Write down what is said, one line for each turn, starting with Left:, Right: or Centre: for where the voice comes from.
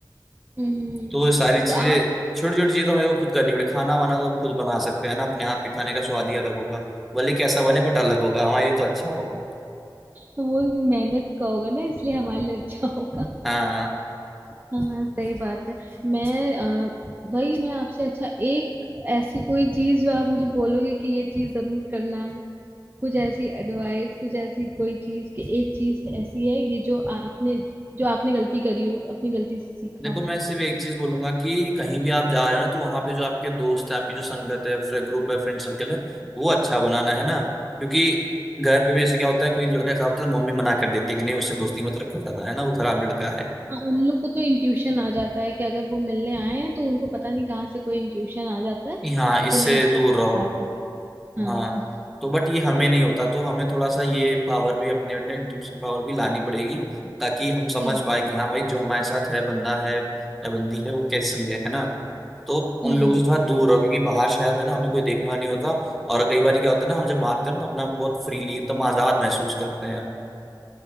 Right: हम्म हम्म, हम्म।
Centre: तो वो सारी चीजें
Right: तो आप
Centre: छोटी छोटी चीजें तो हमें वो खुद करनी पड़े खाना वाना तो हम खुद बना सकते हैं ना अपने हाथ के खाने का स्वाद ही अलग होगा भले कैसा बने बट अलग होगा हमारे लिए तो अच्छा होगा
Right: तो वो मेहनत का होगा ना इसलिए हमारे लिए अच्छा होगा
Centre: हाँ हाँ।
Right: हाँ हाँ, सही बात है मैं अ, वही मैं आपसे अच्छा एक ऐसी कोई चीज जो आप मुझे बोलोगे कि ये चीज जरूर करना कुछ ऐसी एडवाइस कुछ ऐसी कोई चीज कि एक चीज ऐसी है ये जो आपने जो आपने गलती करी हो अपनी गलती से सीखा
Centre: देखो
Right: हो
Centre: मैं सिर्फ एक चीज बोलूंगा कि कहीं भी आप जा रहे हो ना तो वहां पे जो आपके दोस्त हैं आपकी जो संगत है फ्रे, ग्रुप है फ्रेंड सर्कल है वो अच्छा बनाना है ना क्योंकि घर पे भी जैसे क्या होता है कोई लड़का खराब होता है तो मम्मी मना कर देती है कि नहीं उससे दोस्ती मत रखो ज्यादा है ना वो खराब लड़का है
Right: हाँ उन लोग को तो इंट्यूशन आ जाता है कि अगर वो मिलने आए हैं तो उनको पता नहीं कहाँ से कोई इंट्यूशन आ जाता है
Centre: कि हाँ इससे
Right: कि नहीं इससे
Centre: दूर रहो
Right: बात नहीं करनी। हाँ
Centre: हाँ तो बट ये हमें नहीं होता तो हमें थोड़ा सा ये पावर भी अपने अंदर इंट्यूशन पावर भी लानी पड़ेगी ताकि हम समझ
Right: हम्म
Centre: पाए कि हाँ भाई जो हमारे साथ है बंदा है या बंदी है वो कैसी है है ना तो उन
Right: हम्म
Centre: लोगों से थोड़ा दूर रहो क्योंकि बाहर शहर है ना हमें कोई देखने वाला नहीं होता और कई बार क्या होता है ना हम जब बाहर होते हैं ना, तो अपने आप को बहुत फ्रीली एकदम आजाद महसूस करते हैं हम